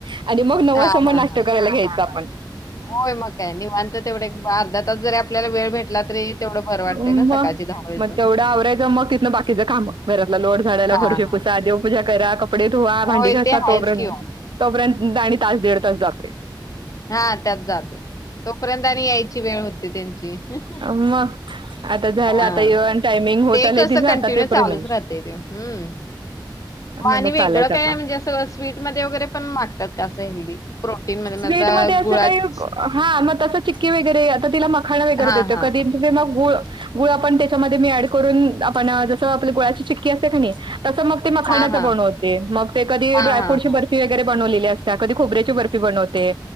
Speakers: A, on the right; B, on the left.
A: आणि मग नव
B: हा
A: वाजता मग
B: हा
A: नाष्टा
B: हा
A: करायला घ्यायचं आपण
B: होय मग काय निवांत तेवढ एक अर्धा तास जरी आपल्याला वेळ भेटला तरी तेवढं बरं वाटतंय
A: म्म
B: ना सकाळची धावपळीतून
A: मग तेवढं आवरायचं मग तिथन बाकीचं काम घरातला लो ट झाडाला,
B: हा
A: फरशी
B: हा
A: पुसा, देवपूजा करा कप कपडे धुवा,
B: होय
A: भांडी घासा
B: ते आहेच
A: तोपर्यंत
B: कि ओ
A: तोपर्यंत आणि तास दीड तास जातोय.
B: हा त्यात जातोय. तोपर्यंत आणि यायची वेळ होते. त्यांची <unintelligible>
A: मग आता झालं
B: हा
A: आता येऊन टायमिंग होत
B: ते
A: आलंय
B: कस
A: तिचं
B: कंटिन्यू
A: आता ते पर्यंत
B: चालूच राहतय ते हं
A: म्हणलं
B: आणि वेगळं
A: चालायचं
B: काय
A: आता.
B: म्हणजे? अस स्वीटमध्ये वगैरे पण मागतात कासं हेल्दी प्रोटीन म
A: स्वीट
B: <unintelligible>
A: मध्ये असं
B: गुळात
A: काही हा मग तसं चिक्की वगैरे आता तिला मखांना वगैरे
B: हा
A: देते
B: हा
A: कधी गुळ गुळ आपण त्याच्यामध्ये मी ऍड करून आपण जस आपल्या गुळाची चिक्की असते कि नाही? तसं मग ते मखाण्याच
B: हा हा
A: बनवते मग ते कधी
B: हां,
A: ड्रायफ्रूटची
B: हां, हां.
A: बर्फी वगैरे बनवली. वलेली असत्या, कधी खोबऱ्याची बनवते,